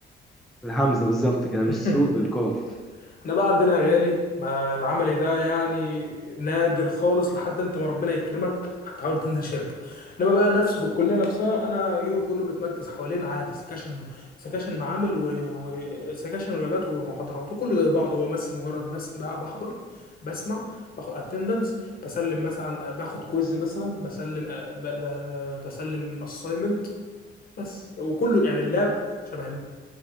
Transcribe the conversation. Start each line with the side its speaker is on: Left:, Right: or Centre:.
Centre: بالهمزه بالظبط كده مش
Left: <laughs>
Centre: سوق بالقاف
Left: احنا بقى عندنا يا غالي ما العملي ده يعني نادر خالص لحد انت ما ربنا يكرمك هتحاول تنزل شركه انما بقى نفسه في الكليه نفسها انا يومي كله بيتمركز حوالين عادي سكاشن سكاشن معامل وسكاشن ولابات ومحاضرات وكله زي بعض هو بس مجرد بس ب- بحضر بسمع باخد اتندنس بسلم مثلا باخد كويز مثلا بسلم آه، ب- ب- بسلم اساينمنت بس وكله يعني اللاب شبه